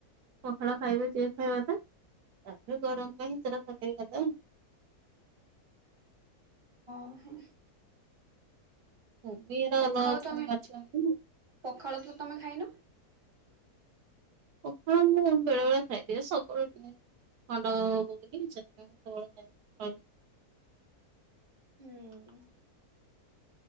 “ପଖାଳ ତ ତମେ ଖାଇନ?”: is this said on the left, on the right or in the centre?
Right